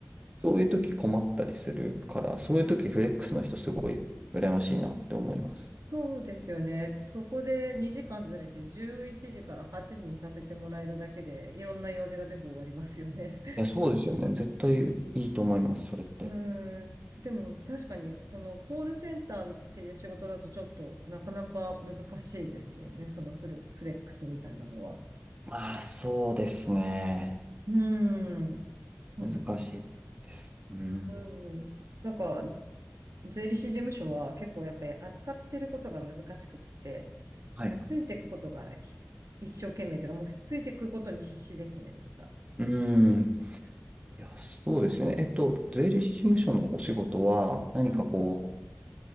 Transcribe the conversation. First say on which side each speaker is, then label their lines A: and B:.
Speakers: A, on the right; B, on the right.
A: そういう時困ったりするから、そういう時フレックスの人すごい羨ましいなって思います。
B: <laughs> そうですよね。そこで2時間ずれて11時から8時にさせてもらえるだけで、いろんな用事が全部終わりますよね。
A: いや、そうですよね。絶対いいと思います、それって。
B: うーん。でも確かに、そのコールセンターっていう仕事だとちょっとなかなか難しいですよね。そのフル、フレックスみたいなのは。
A: まあ、そうですね。
B: うーん。そうですね。
A: 難しいです。うん。
B: うん。なんか、税理士事務所は結構やっぱり扱ってることが難しくって、
A: はい。
B: なんかついていくことがひ一生懸命というか、もうついていくことに必死ですね、なんか。
A: うん。いや、そうですよね。えっと、税理士事務所のお仕事は、何かこ
B: うん。